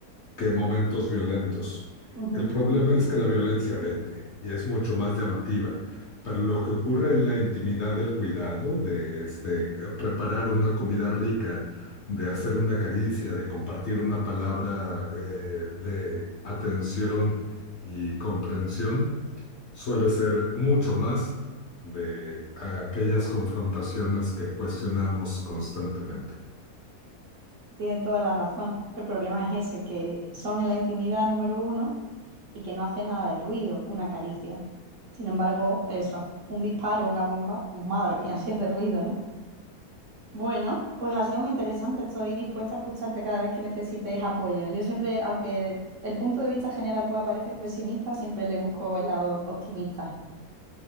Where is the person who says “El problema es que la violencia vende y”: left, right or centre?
Left